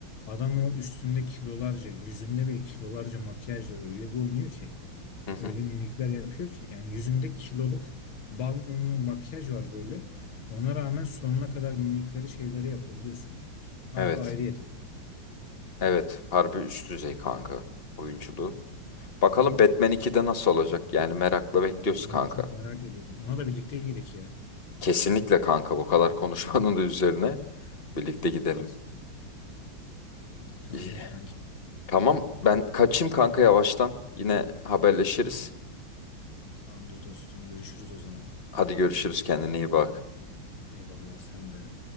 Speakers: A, on the left (about 75°); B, on the left (about 30°).
A: adam o üstünde kilolarca, yüzünde bile kilolarca makyajla öyle bir oynuyor ki.
B: hı hı.
A: Öyle mimikler yapıyor ki. Yani yüzünde kiloluk bal mumu makyaj var böyle. Ona rağmen sonuna kadar mimikleri şeyleri yapabiliyorsun. Harbi
B: Evet.
A: ayrı yetenek.
B: Evet. Harbi üst düzey kanka oyunculuğu. Bakalım Batman 2'de nasıl olacak? Yani merakla bekliyoruz
A: Vallahi
B: kanka.
A: çok merak ediyorum. Ona da birlikte gidelim ya.
B: Kesinlikle kanka bu kadar konuşmanın da üzerine birlikte gidelim.
A: İyi tamamdır
B: İyi.
A: kanki.
B: Tamam ben kaçayım kanka yavaştan. Yine haberleşiriz.
A: Tamamdır dostum. Görüşürüz o zaman.
B: Hadi görüşürüz kendine iyi bak.
A: Eyvallah sen de.